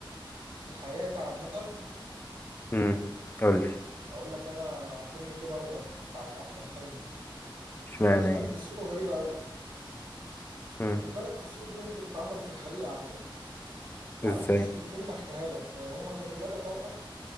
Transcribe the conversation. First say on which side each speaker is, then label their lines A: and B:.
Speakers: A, on the right; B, on the left.
A: في حياتي عامة
B: امم قول
A: اقول لك انا فيلم كده رضا بتاع احمد حلمي
B: اشمعنى
A: الفيلم ده
B: يعني
A: كان قصته غريبة قوي
B: امم
A: وخد بالك قصته دي ممكن تتعمل في الحقيقة على فكرة عارف
B: ازاي
A: قصة الفيلم احكيها لك آه، هما كانوا ثلاثة توأم